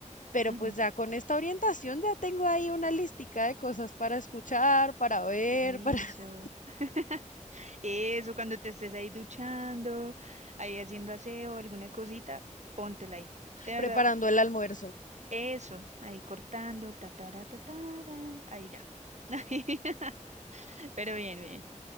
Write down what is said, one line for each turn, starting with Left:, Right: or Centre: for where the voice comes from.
Left: Pero
Right: ujú.
Left: pues ya con esta orientación ya tengo ahí una listica de cosas para escuchar, para ver,
Right: Eso.
Left: para <laughs>
Right: <laughs> Eso, cuando te estés ahí duchando, ahí haciendo aseo, alguna cosita, póntela ahí. De verdad,
Left: preparando el almuerzo.
Right: eso, ahí cortando, tatara, tatara, ahí ya. <laughs> Ahí, <laughs> Pero bien, bien.